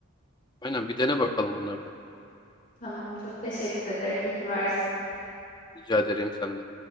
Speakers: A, on the left (about 20°); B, on the left (about 40°).
A: Aynen bir dene bakalım bunları da.
B: Tamam, çok teşekkür ederim. İyi ki varsın.
A: Rica ederim senden.